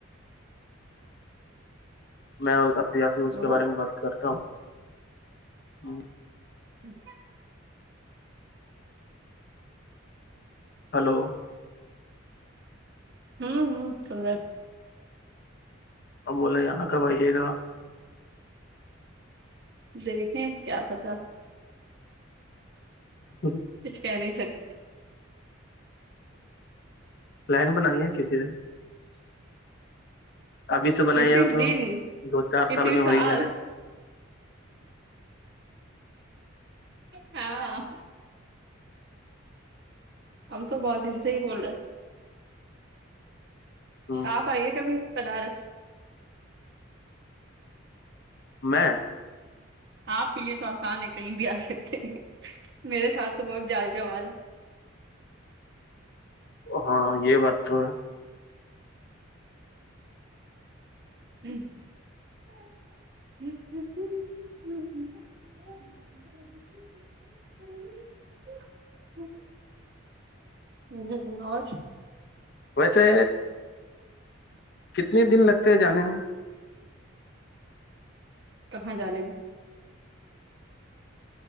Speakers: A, on the left; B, on the right.
A: میں یا پھر اس
B: لوگوں
A: کے بارے میں بات کرتا ہوں
B: ہاں
A: ہیلو
B: ہوں ہوں سن رہے
A: اب بولے یہاں کب آئیے گا
B: دیکھیں کیا پتا
A: <unintelligible>
B: کچھ کہہ نہیں سکتے
A: پلان بنائیے کسی دن ابھی سے بنائی
B: کسی
A: ہے تو
B: دن
A: دو چار
B: کسی
A: میں ہو
B: سال
A: ہی جائے
B: ہاں ہم تو بہت دن سے ہی بول رہے
A: ہ
B: آپ آئیے کبھی بنارس
A: میں
B: آپ کے لیے تو آسان ہے کہیں بھی آ سکتے میرے ساتھ تو بہت جال جوال
A: ہاں یہ بات تو ہے
B: ہم ہمم ہمم <unintelligible> جی جی اور
A: ویسے کتنے دن لگتے ہیں جانے میں
B: کہاں جانے میں